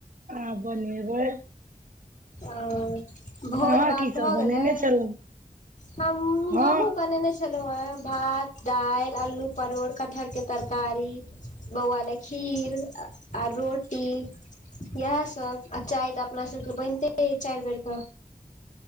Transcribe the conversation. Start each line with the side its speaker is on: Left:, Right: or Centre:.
Right: आब बनेबै
Left: ओ
Right: अहाँ
Left: भोज भात
Right: की
Left: भऽ
Right: सब
Left: गेलै
Right: बनेने छलहुँ
Left: हम
Right: हँ
Left: हमहु बनेने छालों हें भात दाल अलू परोर कटहर के तरकारी बौआ ले खीर आ रोटी इहे सब आ चाय तऽ अपना सब के बनिते अइ चारि बेर के,